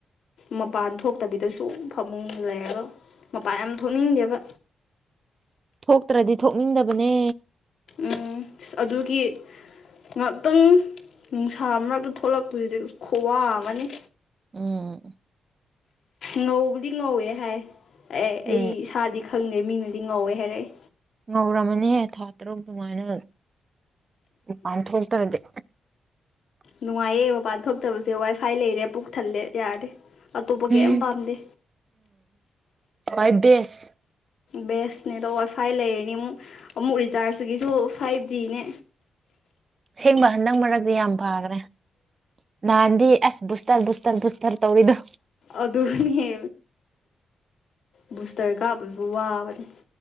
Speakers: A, on the left (about 70°); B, on the right (about 40°).
A: ꯃꯄꯥꯟ ꯊꯣꯛꯇꯕꯤꯗꯁꯨ ꯐꯃꯨꯡꯜꯂꯛꯑꯦꯕ ꯃꯄꯥꯟ ꯌꯥꯝ ꯊꯣꯛꯅꯤꯡꯗꯦꯕ
B: ꯊꯣꯛꯇ꯭ꯔꯗꯤ ꯊꯣꯛꯅꯤꯡꯗꯕꯅꯦ
A: ꯎꯝ ꯑꯗꯨꯒꯤ ꯉꯥꯛꯇꯪ ꯅꯨꯡꯁꯥ ꯃꯛꯇ ꯊꯣꯛꯂꯛꯄ ꯍꯧꯖꯤꯛ ꯈꯨꯋꯥ ꯑꯃꯅꯤ
B: ꯎꯝ
A: ꯉꯧꯕꯗꯤ ꯉꯧꯋꯦ ꯍꯥꯏ ꯑꯦ
B: ꯎꯝ
A: ꯑꯩ ꯏꯁꯥꯗꯤ ꯈꯪꯗꯦ ꯃꯤꯅꯗꯤ ꯉꯧꯋꯦ ꯍꯥꯏꯔꯛꯑꯦ
B: ꯉꯧꯔꯝꯃꯅꯤꯍꯦ ꯊꯥ ꯇꯔꯨꯛ ꯑꯗꯨꯃꯥꯏꯅ ꯎꯄꯥꯥꯟ ꯊꯣꯛ ꯇꯥꯔꯗꯦ
A: ꯅꯨꯡꯉꯥꯏꯌꯦ ꯃꯄꯥꯟꯗ ꯐꯛꯇꯕꯁꯦ ꯋꯥꯏ ꯐꯥꯏ ꯂꯩꯔꯦ ꯄꯨꯛ ꯊꯜꯂꯦ ꯌꯥꯔꯦ ꯑꯇꯣꯞꯄ ꯀꯩꯝ
B: ꯎꯝ
A: ꯄꯥꯝꯗꯦ
B: ꯍꯋꯥꯣꯏ ꯦꯁ
A: ꯕꯦꯁ ꯅꯦ ꯑꯗꯣ ꯋꯥꯏ ꯐꯥꯏ ꯂꯩꯔꯅꯤ ꯑꯃꯨꯛ ꯑꯃꯨꯛ ꯔꯤꯆꯥꯔꯖ ꯁꯤꯒꯤꯁꯨ ꯐꯥꯏꯚ ꯖꯤꯅꯦ
B: ꯑꯁꯦꯡꯕ ꯍꯟꯗꯛ ꯃꯔꯛꯁꯦ ꯌꯥꯝ ꯐꯈ꯭ꯔꯦ ꯅꯅꯥꯥꯟꯗꯤ ꯑꯁ ꯄꯨꯁꯇꯔ ꯁꯇꯔꯔ ꯇꯔ ꯇꯧꯔꯤꯣ
A: ꯑꯗꯨꯅꯦ ꯕꯨꯁꯇꯔ ꯀꯥꯕꯁꯨ ꯋꯥꯕꯅꯤ